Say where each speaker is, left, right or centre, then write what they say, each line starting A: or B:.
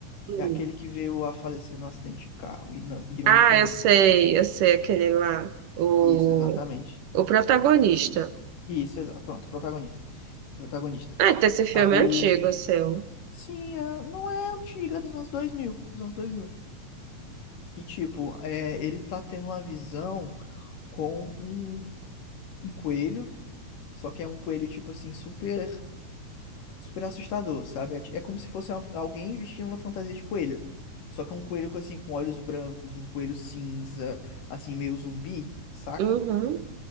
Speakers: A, on the right; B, on the left.
A: Hum.
B: É aquele que veio a falecer no acidente de carro, e não- ironicamente.
A: Ah, eu sei, eu sei aquele lá. O,
B: Isso, exatamente.
A: o protagonista.
B: Isso, exa- pronto, protagonista. Protagonista.
A: Ah, então esse filme
B: Aí
A: é antigo, seu.
B: Sim, é- não é antiga, é dos anos dois mil dos anos dois mil E tipo, é, ele tá tendo uma visão com um, um coelho, só que é um coelho tipo assim super super assustador, sabe? É, ti- é como se fosse uma- alguém vestindo uma fantasia de coelho. Só que é um coelho com assim com olhos brancos, um coelho cinza, assim meio zumbi, saca?
A: Uhum.